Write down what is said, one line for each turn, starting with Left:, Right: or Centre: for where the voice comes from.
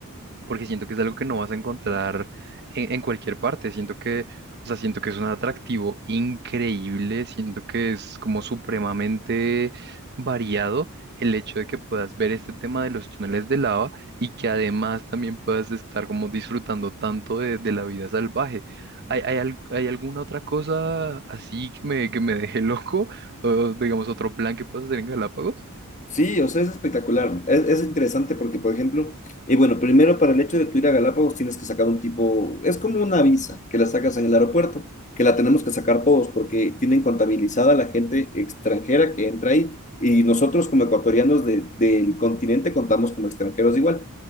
Right: porque siento que es algo que no vas a encontrar en, en cualquier parte. Siento que, o sea, siento que es un atractivo increíble, siento que es como supremamente variado el hecho de que puedas ver este tema de los túneles de lava y que además también puedas estar como disfrutando tanto de, de la vida salvaje. ¿Hay, hay, al- hay alguna otra cosa así que me, que me deje <laughs> loco? O digamos, otro plan que puedas hacer en Galápagos?
Left: Sí, o sea, es espectacular. Es, es interesante porque, por ejemplo, eh, bueno, primero para el hecho de tu ir a Galápagos tienes que sacar un tipo, es como una visa que la sacas en el aeropuerto, que la tenemos que sacar todos porque tienen contabilizada la gente extranjera que entra ahí y nosotros como ecuatorianos de- del continente contamos como extranjeros igual.